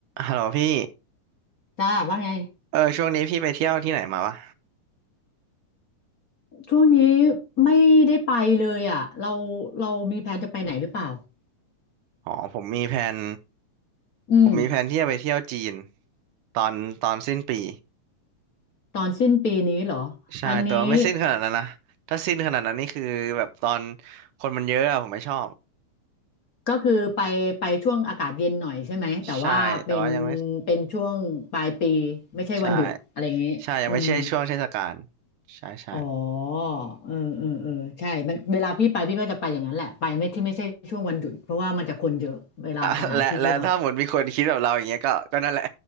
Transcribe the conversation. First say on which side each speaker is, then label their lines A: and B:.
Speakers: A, on the right (about 80°); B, on the left (about 40°).
A: ฮัลโหลพี่
B: จ้าว่าไง
A: เออช่วงนี้พี่ไปเที่ยวที่ไหนมาวะ
B: ช่วงนี้ไม่ได้ไปเลยอ่ะเราเรามีแผนจะไปไหนหรือเปล่า
A: อ๋อผมมีแผน
B: อืม
A: ผมมีแผนที่จะไปเที่ยวจีนตอนตอนสิ้นปี
B: ตอนสิ้นปีนี้เหรออันนี้
A: ใช่แต่ว่าไม่สิ้นขนาดนั้นนะถ้าสิ้นขนาดนั้นนี่คือแบบตอนคนมันเยอะอะผมไม่ชอบ
B: ก็คือไปไปช่วงอากาศเย็นหน่อยใช่ไหมแต่ว่าเป็น
A: ใช่แต่ว่ายังไม่ใ
B: เป็นช่วงปลายปีไม่ใช่วันหยุดอะไรอย่างนี้อืม
A: ช่ใช่ยังไม่ใช่ช่วงเทศกาลใช่ใช่
B: อ๋อเออเออเออใช่มันเวลาพี่ไปพี่ก็จะไปอย่างนั้นแหละไปไม่ที่ไม่ใช่ช่วงวันหยุดเพราะว่ามันจะคนเยอะเวลาสถานที่เที่ยว
A: อ่ะและและถ้าหมดมีคนคิดแบบเราอย่างเงี้ยก็ก็นั่นแหละ